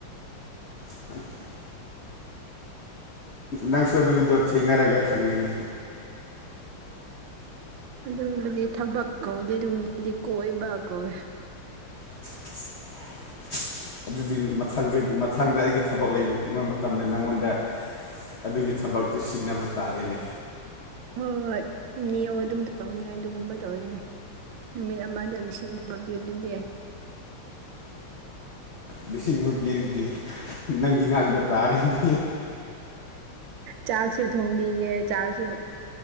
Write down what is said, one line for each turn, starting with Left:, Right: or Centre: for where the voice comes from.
Left: <inaudible> ꯅꯪꯁꯨ ꯑꯗꯨꯒꯤꯗꯣ ꯊꯦꯡꯅꯔꯒ ꯈꯪꯒꯅꯤ꯫
Right: ꯑꯗꯨꯒꯨꯝꯕꯗꯤ ꯊꯕꯛ ꯀꯧꯗꯦ ꯗꯨꯒꯨꯝꯕꯗꯤ ꯀꯣꯏꯕ ꯀꯧꯋꯦ꯫
Left: <inaudible> ꯑꯗꯨꯗꯤ ꯃꯊꯪꯗꯤ ꯃꯊꯪꯗ ꯑꯩꯒꯤ ꯊꯕꯛ ꯂꯩꯕ ꯃꯇꯝꯗ ꯅꯪꯉꯣꯟꯗ ꯑꯗꯨꯒꯤ ꯊꯕꯛꯇꯨ ꯁꯤꯟꯅꯕ ꯇꯥꯔꯦꯅꯦ꯫
Right: ꯍꯣꯏ ꯍꯣꯏ ꯍꯣꯏ ꯅꯤꯌꯣ ꯑꯗꯨꯝ ꯇꯧꯅꯤꯉꯥꯏ ꯗꯨꯒꯨꯝꯕ ꯇꯧꯅꯤꯉꯥꯏ ꯅꯨꯃꯤꯠ ꯑꯃꯗ ꯂꯤꯁꯤꯡ ꯃꯄꯤꯌꯣꯗꯨꯗꯤ꯫
Left: ꯂꯤꯁꯤꯡ ꯑꯃ ꯄꯤꯔꯗꯤ ꯅꯪꯒꯤ ꯉꯥꯛꯇ ꯇꯥꯔꯦꯅꯦ꯫
Right: ꯆꯥꯛꯁꯨ ꯊꯣꯡꯕꯤꯒꯦ ꯆꯥꯁꯨ